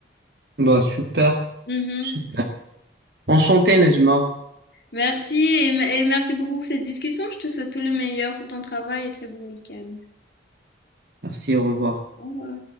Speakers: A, on the right; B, on the left.
A: Bah, super,
B: Mhm.
A: super. Enchanté, Nejma.
B: Merci et, m- et merci beaucoup pour cette discussion. Je te souhaite tout le meilleur pour ton travail et très bon week-end.
A: Merci, au revoir.
B: Au revoir.